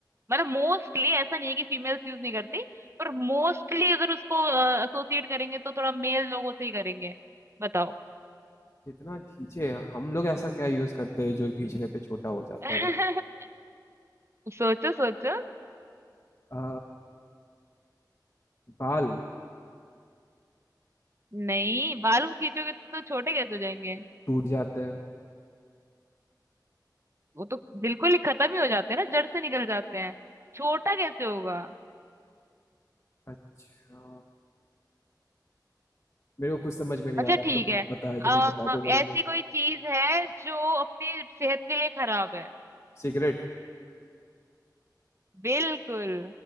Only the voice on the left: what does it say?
जितना खींचे हम लोग ऐसा क्या यूज करते हैं जो खींचने पे छोटा हो जाता
है
अ, बाल
टूट जाते हैं
अच्छा मेरे को कुछ समझ में नहीं
आ रहा
तो
बताए तुम
ही बता दो मेरे
को
सिगरेट